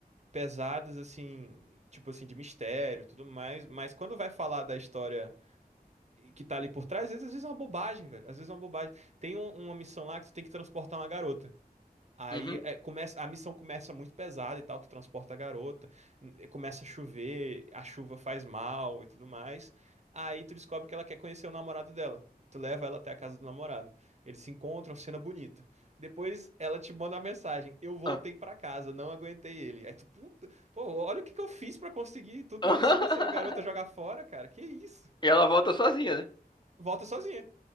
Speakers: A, on the right; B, on the left.
A: pesadas, assim, tipo assim, de mistério e tudo mais, mas quando vai falar da história que tá ali por trás, às vezes, às vezes é uma bobagem, velho, às vezes é uma bobagem. Tem um- uma missão lá que tu tem que transportar uma garota. Aí
B: Uhum.
A: é, começa, a missão começa muito pesada e tal, tu transporta a garota, n- começa a chover, a chuva faz mal e tudo mais. Aí tu descobre que ela quer conhecer o namorado dela. Tu leva ela até a casa do namorado. Eles se encontram, cena bonita. Depois ela te manda uma mensagem: Eu voltei
B: Ah.
A: pra casa, não aguentei ele. Aí tu, puta, pô, olha o que que eu fiz pra conseguir tudo
B: <laughs>
A: isso, pra essa garota jogar fora, cara. Que isso?
B: E ela volta sozinha, né?
A: Volta sozinha.